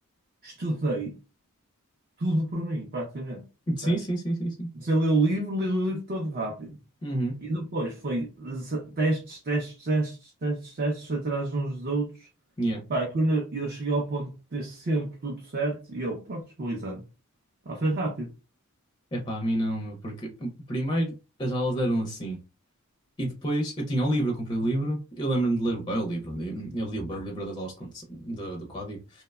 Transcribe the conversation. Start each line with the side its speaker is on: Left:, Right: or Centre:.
Right: estudei tudo por mim, praticamente, percebes?
Left: Sim, sim, sim, sim, sim.
Right: Comecei a ler o livro, li o livro todo rápido.
Left: Uhum.
Right: E depois foi z- testes, testes, testes, testes, testes atrás uns dos outros.
Left: Yeah.
Right: Pá, e quando eu eu cheguei ao ponto de ter sempre tudo certo, e eu, pronto, vou exame. Pá, foi rápido.
Left: Epá, a mim não, meu, porque primeiro as aulas eram assim. E depois eu tinha o livro, eu comprei o livro. Eu lembro-me de ler bem o livro. Eu li o bem o livro das aulas de condução- do, do código.